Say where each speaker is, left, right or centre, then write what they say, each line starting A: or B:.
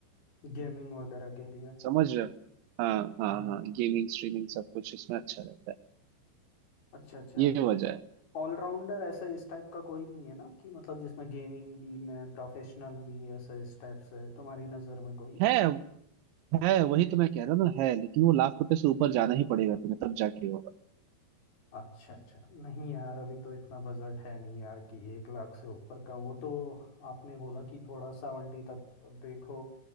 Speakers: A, on the left; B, on the right.
A: गेमिंग वगैरह के लिए
B: समझ रहे हो हाँ हाँ
A: हाँ
B: हाँ गेमिंग स्ट्रीमिंग सब कुछ इसमें अच्छा रहता है
A: अच्छा अच्छा
B: ये वजह
A: ऑलराउंडर ऐसे इस टाइप का कोई नहीं है ना कि मतलब जिसमें गेमिंग भी में प्रोफेशनल भी ऐसे इस टाइप से तुम्हारी नज़र में कोई
B: है है है वही तो मैं कह रहा हूँ ना है लेकिन वो लाख रुपए से ऊपर जाना ही पड़ेगा तुम्हें तब जाके होगा
A: अच्छा अच्छा नहीं यार अभी तो इतना बजट है नहीं यार कि एक लाख से ऊपर का वो तो आपने बोला कि थोड़ा सेवेंटी तक देखो